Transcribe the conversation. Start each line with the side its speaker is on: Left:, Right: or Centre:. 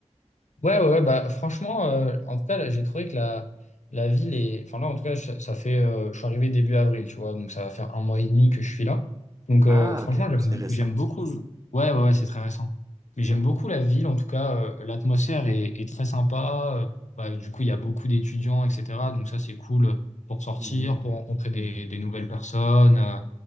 Left: Ouais, ouais, ouais, bah, franchement, euh, en tout cas, là, j'ai trouvé que la, la ville est. Enfin, là, en tout cas, je- ça fait. euh, je suis arrivé début avril, tu vois, donc ça va faire un mois et demi que je suis là. Donc,
Right: Ah,
Left: euh, franchement,
Right: ok,
Left: j'aime
Right: c'est récent.
Left: j'aime beaucoup. Ouais, ouais, ouais, c'est très récent. Mais j'aime beaucoup la ville, en tout cas, euh, l'atmosphère est, est très sympa. euh, bah, du coup, il y a beaucoup d'étudiants, etc. Donc, ça, c'est cool pour sortir,
Right: Mhm,
Left: pour rencontrer des,
Right: mhm.
Left: des nouvelles personnes. euh,